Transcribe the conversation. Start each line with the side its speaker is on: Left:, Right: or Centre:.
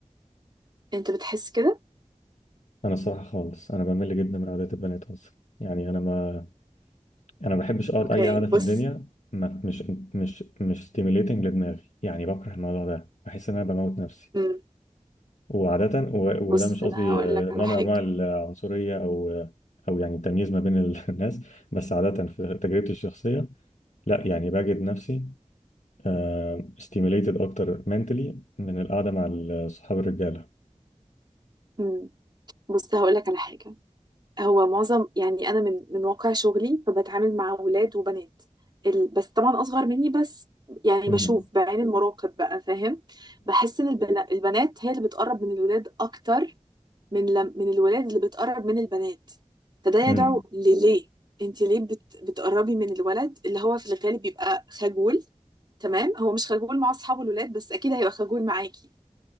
Right: انت بتحس كده
Left: انا الصراحه خالص انا بمل جدا من قعدات البنات اصلا يعني انا ما انا ما بحبش اقعد
Right: اوكي
Left: اي قعده
Right: بص
Left: في الدنيا ما مش مش مش stimulating لدماغي يعني بكره الموضوع ده بحس ان انا بموت نفسي
Right: امم
Left: وعاده و...
Right: بص
Left: وده مش
Right: انا
Left: قصدي
Right: هقول
Left: آه،
Right: لك على
Left: نوع
Right: حاجة
Left: من انواع العنصريه او آه، او يعني التمييز ما بين ال- <laughs> الناس بس عاده في تجربتي الشخصيه لا يعني بجد نفسي آه، stimulated اكتر mentally من القعده مع ال- صحاب الرجاله
Right: امم بص هقول لك على حاجة هو معظم يعني انا من من واقع شغلي فبتعامل مع ولاد وبنات ال... بس طبعا اصغر مني بس يعني
Left: امم
Right: بشوف بعين المراقب بقى فاهم بحس ان البن... البنات هي اللي بتقرب من الولاد اكتر من لم... من الولاد اللي بتقرب من البنات فده يدعو
Left: امم
Right: لليه انت ليه بت... بتقربي من الولد اللي هو في الغالب بيبقى خجول تمام هو مش خجول مع اصحابه الولاد بس اكيد هيبقى خجول معاكي